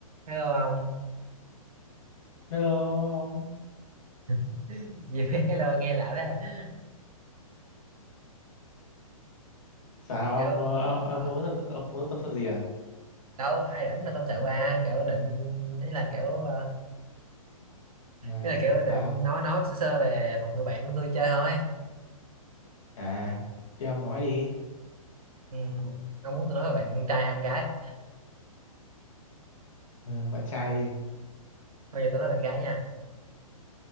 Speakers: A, on the right; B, on the left.
A: hello ông
B: Hello ông
A: <laughs> gì mà hello nghe lạ thế
B: sao
A: kiểu
B: ông
A: um,
B: ờ, ông muốn tâm ông muốn tâm sự gì à
A: đâu ai rảnh là tâm sự ba kiểu định ý là kiểu ờ,
B: à
A: ý là kiểu định
B: sao
A: nói nói sơ sơ về một người bạn của tôi chơi thôi
B: à thế ông nói đi
A: ừ, ông muốn tôi nói về bạn trai hay bạn gái
B: Ờ, bạn trai đi
A: bây giờ tôi nói bạn gái nha